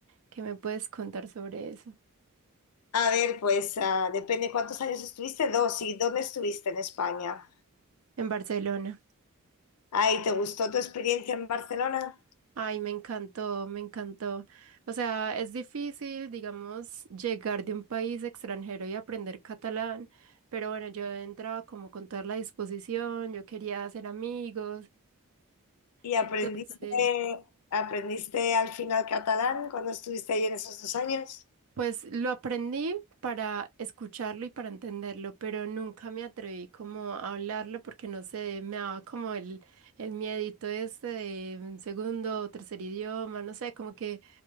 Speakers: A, on the right; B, on the left.
A: ¿Qué me puedes contar sobre eso
B: A ver, pues ah, depende cuántos años estuviste. Dos. ¿Y dónde estuviste en España?
A: en Barcelona?
B: Ay, ¿te gustó tu experiencia en Barcelona?
A: Ay, me encantó, me encantó. O sea, es difícil, digamos, llegar de un país extranjero y aprender catalán, pero bueno, yo entraba como con toda la disposición, yo quería hacer amigos,
B: ¿Y aprendiste,
A: entonces...
B: aprendiste al final catalán cuando estuviste ahí en esos dos años?
A: Pues lo aprendí para escucharlo y para entenderlo, pero nunca me atreví como a hablarlo porque no sé, me daba como el, el miedito este de un segundo o tercer idioma, no sé, como que